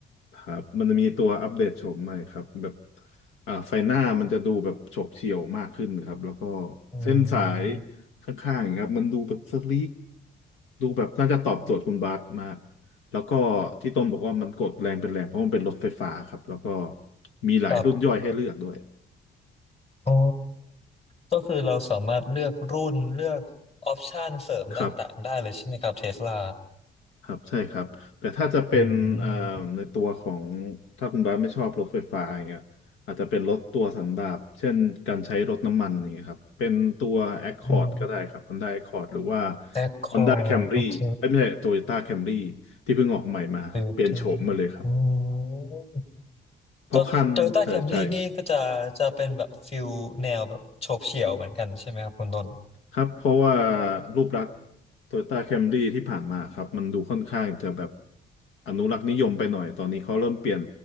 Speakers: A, on the left (about 80°); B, on the left (about 30°).
A: ครับมันจะมีตัวอัปเดตโฉมใหม่ครับแบบอ่าไฟหน้ามันจะดูแบบโฉบเฉี่ยวมากขึ้นครับแล้วก็
B: อื
A: เส้นสาย
B: ม
A: ข้างๆอย่างเงี้ยครับมันดูแบบสลีกดูแบบน่าจะตอบโจทย์คุณบาสมากแล้วก็ที่ต้นบอกว่ามันกดแรงเป็นแรงเพราะมันเป็นรถไฟฟ้าครับแล้วก็มีหลายรุ่นย่อยให้เลือกด้วย
B: กับอ๋อ ก็คือเราสามารถเลือกรุ่นเลือกออปชันเสริมต่างๆได้เลยใช่ไหมครับเทสลา
A: ครับ ครับใช่ครับแต่ถ้าจะเป็นเอ่อในตัวของ
B: อืม
A: ถ้าคุณบาสไม่ชอบรถไฟฟ้าอย่างเงี้ยอาจจะเป็นรถตัวสันดาปเช่นการใช้รถน้ำมันอย่างเงี้ยครับเป็นตัว Accord
B: อืม
A: ก็ได้ครับ Honda Accord หรือว่า
B: แอคคอร์ดโอเค
A: Honda Camry เอ้ยไม่ใช่ Toyota Camry ที่เพิ่งออกใหม่มาเปลี่ยนโฉมมาเลยครับ
B: ตือตรงอืม
A: เพราะคันใช่ใช่
B: ก็โตโยต้าแคมรี่นี่ก็จะจะเป็นแบบฟิลแนวแบบโฉบเฉี่ยวเหมือนกันใช่ไหมครับคุณต้น
A: ครับเพราะว่ารูปลักษณ์โตโยต้าแคมรี่ที่ผ่านมาครับมันดูค่อนข้างจะแบบอนุรักษ์นิยมไปหน่อยตอนนี้เขาเริ่มเปลี่ยน